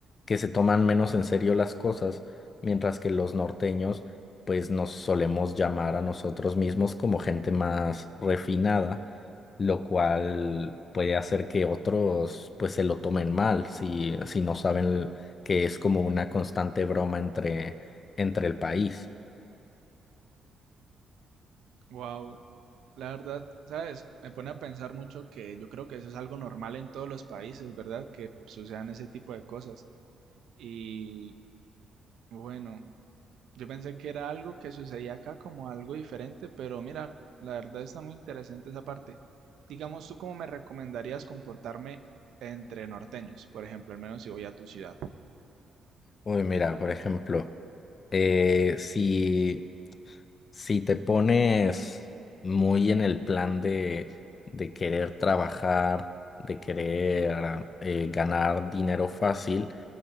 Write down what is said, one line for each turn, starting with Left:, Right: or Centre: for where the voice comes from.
Left: que se toman menos en serio las cosas, mientras que los norteños pues nos solemos llamar a nosotros mismos como gente más refinada, lo cual puede hacer que otros pues se lo tomen mal si, si no saben que es como una constante broma entre, entre el país.
Right: Wow, la verdad, ¿sabes? Me pone a pensar mucho que yo creo que eso es algo normal en todos los países, ¿verdad? Que sucedan ese tipo de cosas. Y bueno. Yo pensé que era algo que sucedía acá como algo diferente, pero mira, la verdad está muy interesante esa parte. Digamos, ¿tú cómo me recomendarías comportarme entre norteños, por ejemplo, al menos si voy a tu ciudad?
Left: Uy, mira, por ejemplo, eh, si Si te pones muy en el plan de, de querer trabajar, de querer ah, eh, ganar dinero fácil,